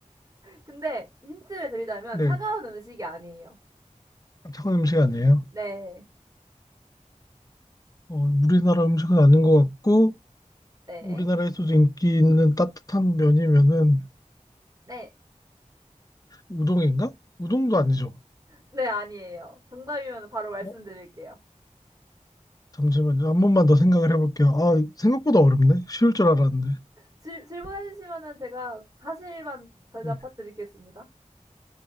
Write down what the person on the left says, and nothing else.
네,
차가운 음식 아니에요.
어, 우리나라 음식은 아닌 것 같고,
우리나라에서도 인기 있는 따뜻한 면이면은
우동인가? 우동도 아니죠.
어, 잠시만요. 한 번만 더 생각을 해볼게요. 아, 생각보다 어렵네. 쉬울 줄 알았는데.
네.